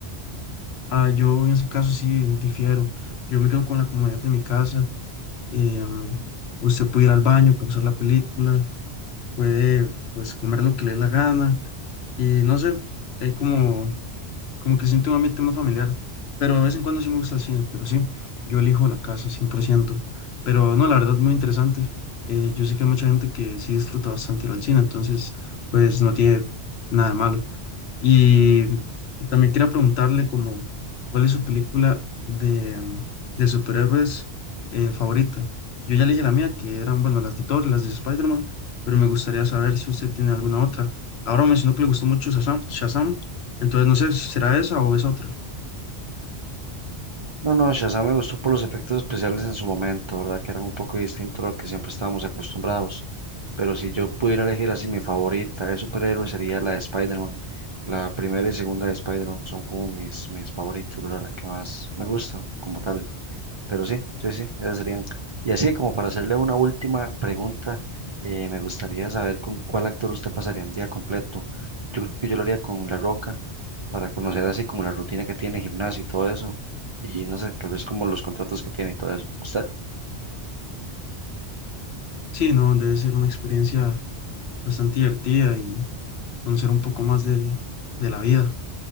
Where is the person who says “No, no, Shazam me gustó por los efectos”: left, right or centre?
Right